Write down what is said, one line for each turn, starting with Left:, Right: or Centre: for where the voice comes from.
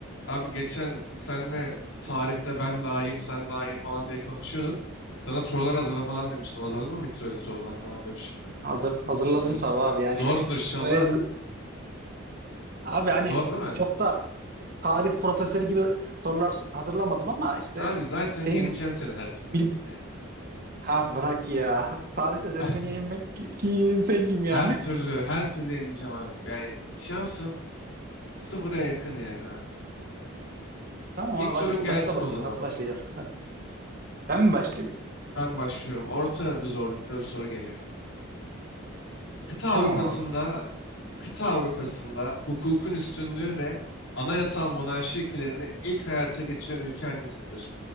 Left: Abi geçen senle tarihte ben daha iyiyim, sen daha iyi falan diye konuşuyorduk. Sana sorular hazırla falan demiştim. Hazırladın mı hiç öyle sorular falan dört şıklı?
Right: Hazır, hazırladım
Left: Öyle z-
Right: tabii abi yani
Left: zordur inşallah.
Right: öyle bir abi hani
Left: Zor değil mi?
Right: çok da tarih profesörü gibi sorular hazırlamadım ama işte
Left: Abi zaten
Right: senin
Left: yeneceğim seni her türlü.
Right: bil
Left: Yani <laughs>
Right: ha bırak ya tarihte sen
Left: ah,
Right: beni yenmek ki- kim sen kim yani
Left: her türlü, her türlü yeneceğim abi. Yani şansın sıfıra yakın yani abi.
Right: <laughs> tamam
Left: İlk
Right: abi
Left: sorun
Right: hadi
Left: gelsin
Right: başla bakayım
Left: o zaman.
Right: nasıl başlayacağız hadi ben mi başlayayım
Left: Ben başlıyorum. Orta bir zorlukta bir soru geliyor. Kıta Avrupa'sında,
Right: tamam abi
Left: kıta Avrupa'sında hukukun üstünlüğü ve anayasal monarşi ilkelerini ilk hayata geçiren ülke hangisidir?